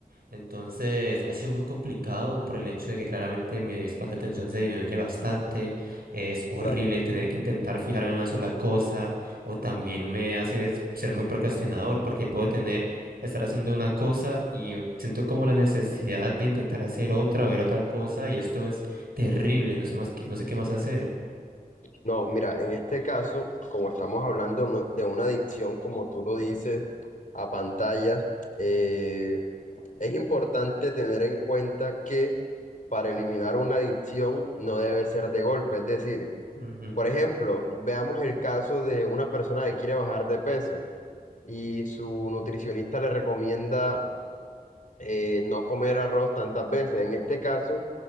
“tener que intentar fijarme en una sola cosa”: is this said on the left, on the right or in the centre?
Right